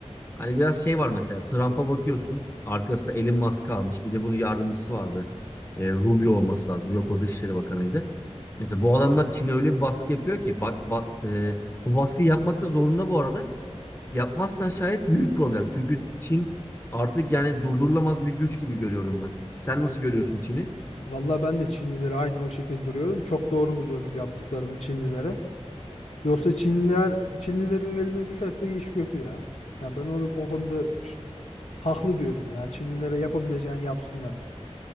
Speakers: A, on the left; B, on the left.
A: Hani biraz şey var mesela Trump'a bakıyorsun arkasında Elon Musk almış bir de bunun yardımcısı vardı. E, Rubio olması lazım. Yok o Dışişleri Bakanı'ydı. Mesela bu adamlar Çin'e öyle bir baskı yapıyor ki bak, bak e, bu baskıyı yapmak da zorunda bu arada. Yapmazsan şayet büyük problem. Çünkü Çin artık yani durdurulamaz bir güç gibi görüyorum ben. Sen nasıl görüyorsun Çin'i?
B: vallahi ben de Çinlileri aynı o şekilde duruyorum. Çok doğru buluyorum yaptıklarını Çinlilere. Yoksa Çinliler Çinlilerin eline düşerse iş kötü ya. Ya ben onu o konuda ş- haklı diyorum ya. Çinlilere yapabileceğini yapsınlar.